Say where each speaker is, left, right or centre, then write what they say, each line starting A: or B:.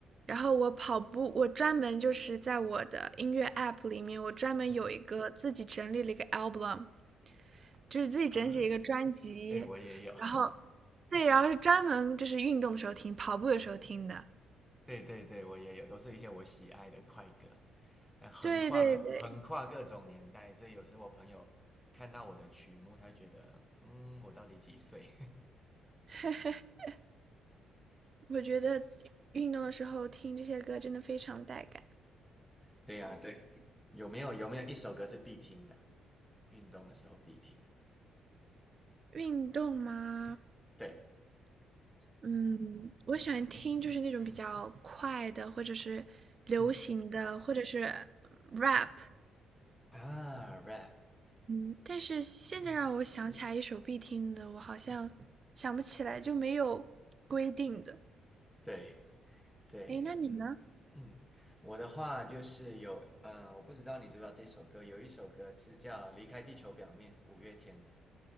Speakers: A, on the right (about 40°); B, in the centre.
A: 然后我跑步，我专门就是在我的音乐 app 里面，我专门有一个自己整理了一个
B: 嗯
A: album，就是自己整理一个专辑，
B: 啊，嗯对我也有，
A: 然后对，然后是专门就是运动的时候听，跑步的时候听的。
B: 对对对，我也有，都是一些我喜爱的快歌，但横跨很横跨各种年代，
A: 对对对，
B: 所以有时我朋友看到我的曲目，他觉得，嗯，我到底几岁？
A: <laughs> 我觉得运动的时候听这些歌真的非常带感。
B: <laughs> 对呀，对，有没有有没有一首歌是必听的？运动的时候必听的，
A: 运动吗？
B: 对，
A: 嗯，我喜欢听就是那种比较快的，或者是流行的，
B: 嗯
A: 或者是 rap，
B: 啊，rap，
A: 嗯，但是现在让我想起来一首必听的，
B: 嗯，
A: 我好像想不起来，就没有规定的。
B: 对对，
A: 诶，那你呢？
B: 嗯，我的话就是有，嗯、呃我不知道你知不知道这首歌，有一首歌是叫《离开地球表面》，五月天的。